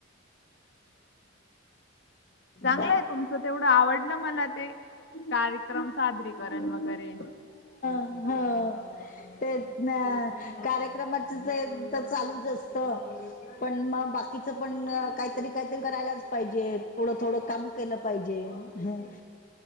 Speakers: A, on the left; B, on the left.
A: <inaudible> चांगलं
B: त्या-
A: आहे तुमचं तेवढं आवडलं मला ते कार्यक्रम सादरीकरण वगैरे
B: हो तेच ना कार्यक्रमाच ते तर चालूच असत पण मग बाकीच पण काहीतरी काहीतरी करायलाच पाहिजे थोडं थोडं काम केलं पाहिजे ह